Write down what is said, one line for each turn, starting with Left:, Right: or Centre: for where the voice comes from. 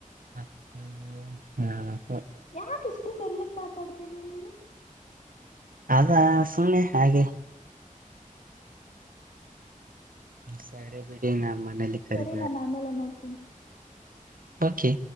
Right: ಮತ್ತ ಹ್ಮ
Left: ಯಾಕ ಇಷ್ಟು ಮೆಲ್ಲಕ್ ಮಾತಾಡ್ತ ದೇನೇನು
Right: ಅದಾ ಸುಮ್ನೆ ಹಾಗೆ ಸರಿ ಬಿಡಿ ನ ಮಣ್ಣಲ್ಲಿ ಕರೆ
Left: ಸರಿ ನಾನು ಆಮೇಲೆ ಮಾಡ್ತೀನಿ
Right: ಓಕೆ